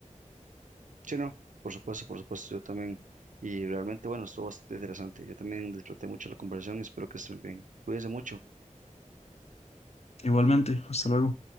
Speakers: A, on the right; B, on the left.
A: Sí, no, por supuesto, por supuesto, yo también. Y realmente, bueno, estuvo bastante interesante. Yo también disfruté mucho la conversación y espero que estén bien. Cuídense mucho.
B: Igualmente, hasta luego.